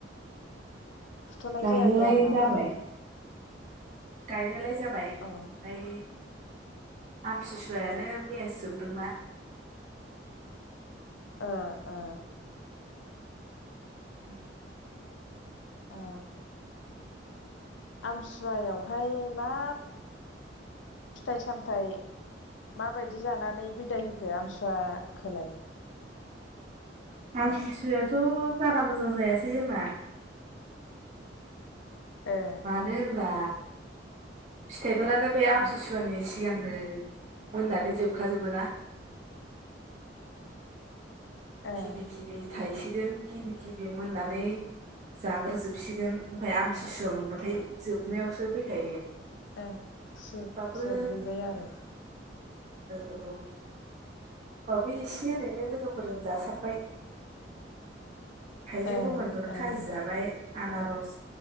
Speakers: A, on the left (about 80°); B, on the right (about 40°).
A: फुथ'नाय
B: गायनोलाय
A: जायाखै आरो ना
B: जाबाय गायनायलाय जाबाय
A: अ
B: ओमफफ्राय। आमतिसुवायानो
A: ओ
B: मैयासो जोबदोंना
A: ओ ओ। <unintelligible> ओ आमसुवायावहाय माब फिथाइ सामथायाइ। माबायदि जानानै बिदाय होखो आमसुवाखौलाय
B: आम सिसुवायाथ बारा मोजां जायासै जोंना।
A: ओ
B: मानो होनबा। फिथाइफोरानो बे
A: ओं
B: आमथिसुवानि सिगां मोननानै जोबखाजोबो ना
A: ओं
B: गिबि गिबि थायसिगोन गिबि गिबि मोननानै जाग्रोजोबसिगोन ओमफफ्राय आमतसुवा
A: ओं
B: मोनबाथाय जोबनायावसो फैखायो।
A: ओं
B: होमबाबो
A: जोबहैबाय आरो।
B: औ औ। होनोमबाबो एसे ओरैनो लोगोफोरजों जासाबबाय। थाइजौ
A: ओं
B: गोमालखौनो
A: ओं
B: खाजि जाबाय। आनारस